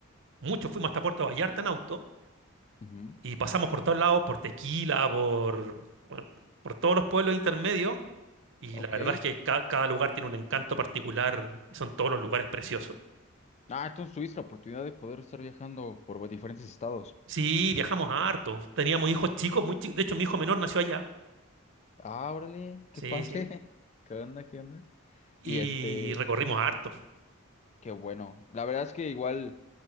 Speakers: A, on the right; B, on the left.
A: mucho fuimos hasta Puerto Vallarta en auto.
B: Ujú.
A: Y pasamos por todos lados, por Tequila, por, bueno, por todos los pueblos intermedios. Y
B: Ok.
A: la verdad es que ca- cada lugar tiene un encanto particular y son todos los lugares preciosos.
B: Ah, entonces tuviste la oportunidad de poder estar viajando por diferentes estados.
A: Sí, viajamos harto. Teníamos hijos chicos, muy chicos. De hecho, mi hijo menor nació allá.
B: Ah, órale,
A: Sí,
B: qué padre.
A: sí.
B: <laughs> ¿Qué onda, qué onda?
A: Y
B: Y este,
A: recorrimos harto.
B: qué bueno. La verdad es que igual,